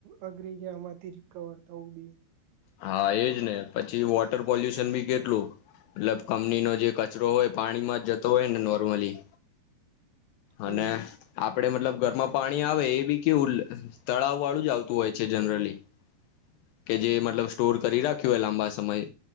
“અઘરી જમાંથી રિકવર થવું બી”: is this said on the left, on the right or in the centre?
Right